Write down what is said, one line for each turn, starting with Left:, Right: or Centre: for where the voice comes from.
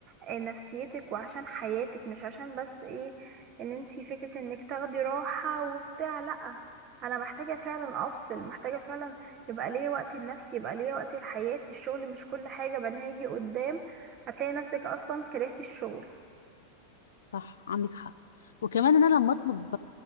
Right: آه، نفسيتك وعشان حياتك مش عشان بس ايه ان انت فكرة انك تاخدي راحة وبتاع لا انا محتاجة فعلا افصل محتاجة فعلا يبقى ليا وقت لنفسي يبقى ليا وقت لحياتي الشغل مش كل حاجة بعدين هيجي قدام هتلاقي نفسك اصلا كرهتي الشغل
Left: صح عندك حق وكمان ان انا لما اطلب